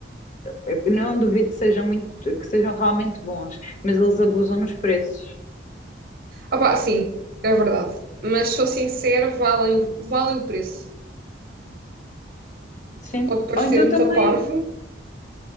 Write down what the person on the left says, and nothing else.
eu não duvido que sejam muito, que sejam realmente bons, mas eles abusam nos preços.
Sim.
Ou então
também.